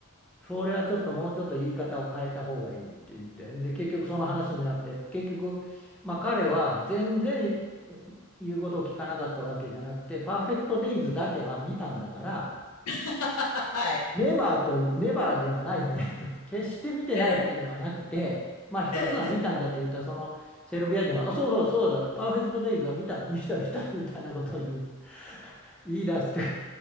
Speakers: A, in the centre; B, on the left.
A: それはちょっともうちょっと言い方を変えた方がいいって言ってで結局その話になって結局、まあ、彼は全然言うことを聞かなかったわけじゃなくてパーフェクトデイズだけは見たんだから。
B: <laughs> はい。
A: ネバーとネバーではないねと、決して見てないわけではなくて、
B: ええ、
A: まあ一つは見たんだって言ったら、
B: ええ。
A: そのセルビア人は、あ、そうそうそうだ、パーフェクトデイズは見た、見た、見た、みたいなことを言う、言い出して、